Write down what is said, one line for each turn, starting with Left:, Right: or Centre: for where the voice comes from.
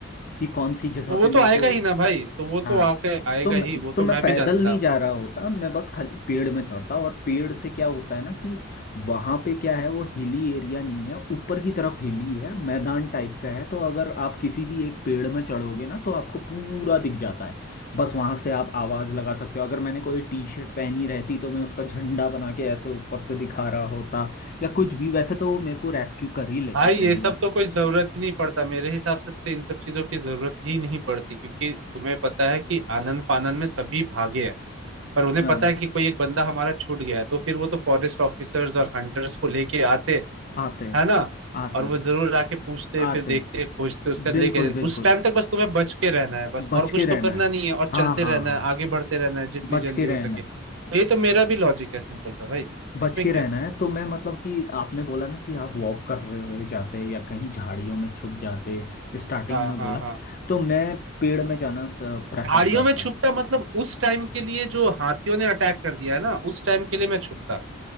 Left: कि कौन सी जगह
Right: तो वो
Left: पे मेरे
Right: तो आएगा
Left: को
Right: ही ना भाई तो वो
Left: हाँ
Right: तो आके आएगा
Left: तो मैं
Right: ही वो
Left: तो
Right: तो
Left: मैं
Right: मैं
Left: पैदल
Right: भी जानता
Left: नहीं जा रहा होता मैं बस खाली पेड़ में चढ़ता और पेड़ से क्या होता है ना कि वहां पे क्या है वो हिली एरिया नहीं है ऊपर की तरफ हिली है मैदान टाइप का है तो अगर आप किसी भी एक पेड़ में चढ़ोगे ना तो आपको पूरा दिख जाता है बस वहां से आप आवाज लगा सकते हो अगर मैंने कोई टी शर्ट पहनी रहती तो मैं उसका झंडा बना के ऐसे ऊपर से दिखा रहा होता या कुछ भी वैसे तो वो मेरे को रेस्क्यू कर ही लेते
Right: भाई
Left: पहली
Right: ये सब
Left: बात
Right: तो कोई जरूरत ही नहीं पड़ता मेरे हिसाब से तो इन सब चीजों की जरूरत ही नहीं पड़ती क्योंकि तुम्हें पता है कि आनंद फानंद में सभी भागे हैं पर उन्हें
Left: हाँ
Right: पता है कि कोई एक बंदा हमारा छूट गया है तो फिर वो तो फॉरेस्ट ऑफिसर्स और हंटर्स को लेके आते
Left: आते
Right: है ना
Left: आते
Right: और वो जरूर आके पूछते
Left: आते
Right: फिर देखते खोजते उसका लेके
Left: बिल्कुल
Right: जाते।
Left: बिल्कुल
Right: उस टाइम तक बस तुम्हें बच के रहना है बस
Left: बच
Right: और कुछ
Left: के रहना
Right: तो करना
Left: है
Right: नहीं है और
Left: हाँ
Right: चलते
Left: हाँ
Right: रहना
Left: हाँ
Right: है आगे बढ़ते रहना है जितनी
Left: बच
Right: जल्दी
Left: के
Right: हो
Left: रहना
Right: सके
Left: है
Right: तो ये तो मेरा भी लॉजिक है सिंपल सा भाई
Left: बच
Right: इसमें
Left: के
Right: क्या
Left: रहना
Right: है
Left: है तो मैं मतलब कि आपने बोला ना कि आप वॉक कर रहे हुए जाते या कहीं झाड़ियों में छुप जाते स्टार्टिंग
Right: हाँ
Left: में बोला
Right: हाँ हाँ
Left: तो मैं पेड़ में जाना प्रेफर
Right: झाड़ियों
Left: करता
Right: में छुपता मतलब उस टाइम के लिए जो हाथियों ने अटैक कर दिया है ना उस टाइम के लिए मैं छुपता